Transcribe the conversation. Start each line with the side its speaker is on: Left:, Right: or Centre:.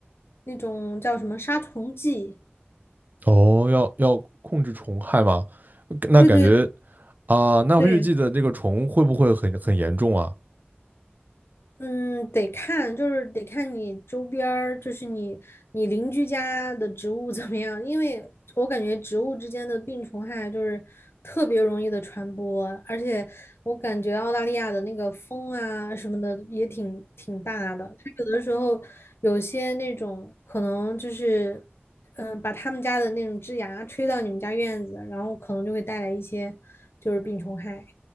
Left: 那种叫什么杀虫剂？
Right: 哦，要要控制虫害吗？那感觉
Left: 对对
Right: 啊，那月季的这个虫会不会很很严重啊？
Left: 对，嗯，得看，就是得看你周边儿，就是你你邻居家的植物怎么样，因为我感觉植物之间的病虫害就是特别容易的传播，而且我感觉澳大利亚的那个风啊什么的也挺挺大的，它有的时候有些那种可能就是，嗯、把他们家的那种枝芽吹到你们家院子，然后可能就会带来一些就是病虫害。